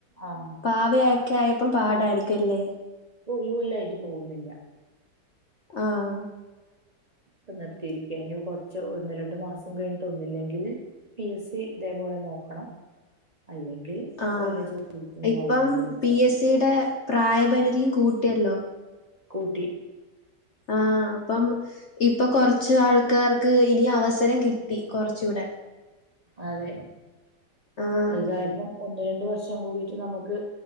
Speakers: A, on the right (about 30°); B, on the left (about 50°).
A: ആഹ്
B: പാവയായി ക്കയായപ്പെ പാടായിരിക്കുല്ലേ
A: ഒരുകൊല്ലായിട്ട് പോവുന്നില്ല.
B: ആഹ്
A: പ്പ നിർത്തിയിരിക്കാ ഇനി കെർച്ച് ഒന്ന് രണ്ടു മാസം കഴിഞ്ഞിട്ട് ഒന്നില്ലെങ്കിൽ. പി. എസ്. സി ഇതേപോലെ നോക്കണം അല്ലെങ്കിൽ
B: ആഹ്
A: വല്ല ജോലിക്കും കേറണം
B: ഇപ്പം
A: വിചാരിച്ച്
B: പി എസ് സി യുടെ പ്രായപരിധിയും കൂട്ടൃല്ലോ.
A: കൂട്ടി.
B: ആഹ് അപ്പം ഇപ്പൊ കൊറച്ച് ആൾക്കാർക്ക് ഇനി അവസരം കിട്ടി കൊറച്ചുകൂടെ
A: അതെ
B: ആഹ്
A: അത് കാരണം ഒന്ന് രണ്ട് വർഷം കൂടീട്ട് നമുക്ക്